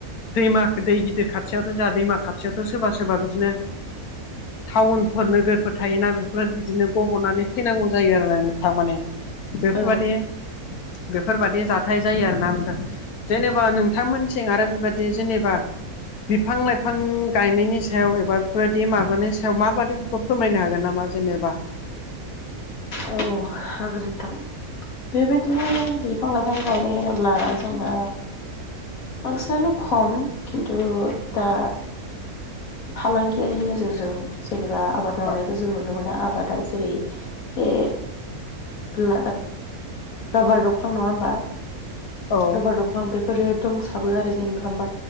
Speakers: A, on the left (about 80°); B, on the left (about 70°).
A: दैमा दै गिदिर खा खाथियावथ' जोहा दैमा खाथियावथ' सोरबा सोरबा बिदिनो टाउनफोर नोगोर फोर थायोना बेफोर बिदिनो गब'नानै थैनांगौ जायो आरो ना नोंथां माने बेफोरबादि
B: औ
A: बेफोरबायदि जाथाय जायो आरोना नोंथां जेनेबा नोंथांमोनथिं आरो बेबायदि जेनेबा बिफां लाइफां गायनायनि सायाव एबा बेफोरबायदि माबानि सायाव माबादि बेखौ फोरमायनो हागोन नामा जेनेबा?
B: औ हागोन नोंथां बेबायदिनो बिफां लाइफां गायनाय होनोब्ला जोंना बांसिनानो खम खिन्थु दा फालांगियारिनि नोजोरजों जेनेबा आबाद मावनायखौ
A: औ
B: जों नुनो मोनो आबादा जेरै ए ओ राबार दंफां नङा होमबा?
A: औ
B: राबार दंफां बेफोरो दंसाबो आरो जेनेबा